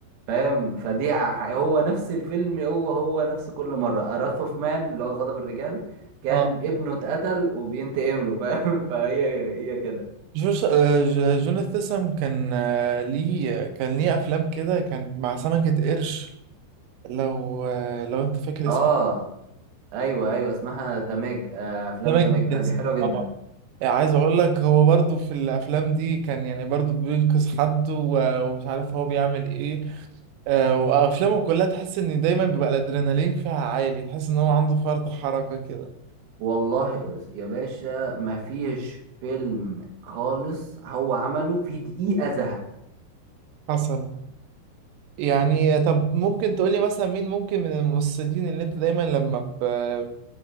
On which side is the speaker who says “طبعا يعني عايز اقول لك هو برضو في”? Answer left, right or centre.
Right